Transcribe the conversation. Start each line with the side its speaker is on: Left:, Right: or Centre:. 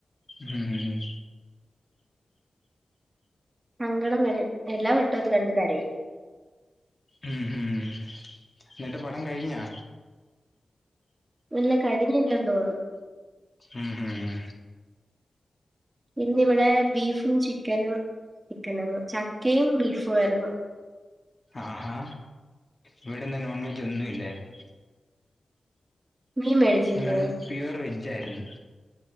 Left: ഹും
Right: സങ്കടംവരും. എല്ലാ വട്ടവുമതുകണ്ട് കരയും.
Left: ഉം.. ഹും.. എന്നിട്ടുപടം കഴിഞ്ഞോ?
Right: ഇല്ല കഴിഞ്ഞില്ലെന്ന് തോന്നുന്ന്
Left: ഉം ഉം
Right: ഇന്ന് ഇവിടെ ബീഫും ചിക്കനും ചിക്കനെന്ന് ചക്കയും ബീഫുംവായിരുന്നു
Left: ആഹാ ഇവിടിന്ന് നോൺ വെജ് ഒന്നും ഇല്ലായിരുന്നു
Right: മീൻ മേടിച്ചില്ലയോ
Left: നൻ പ്യുവർ വെജ്ജായ്ര്ന്ന്